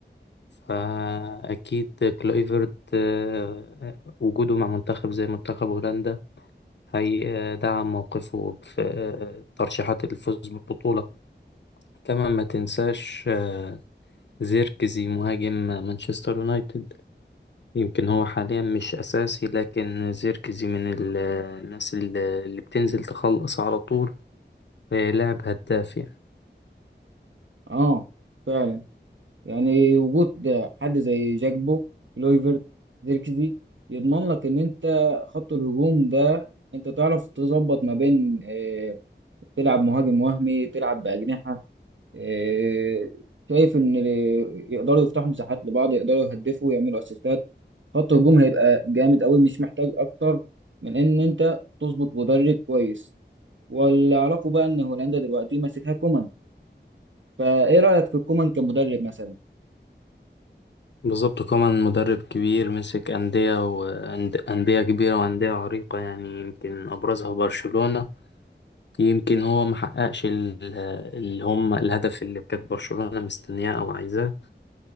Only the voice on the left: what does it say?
فأكيد كلويفرت آه وجوده مع منتخب زي منتخب هولندا هيدعم موقفه في آه، ترشيحات الفوز بالبطولة طبعا ما تنساش آه، زيركزي مهاجم مانشستر يونايتد يمكن هو حاليا مش أساسي لكن زيركزي من ال- آه، الناس اللي اللي بتنزل تخلص على طول آه، لاعب هداف يعني
بالظبط كمان مدرب كبير مسك أندية وأندية كبيرة وأندية عريقة يعني يمكن أبرزها برشلونة يمكن هو محققش ال- آه، اللي هم الهدف اللي كانت برشلونة مستنياه أو عايزاه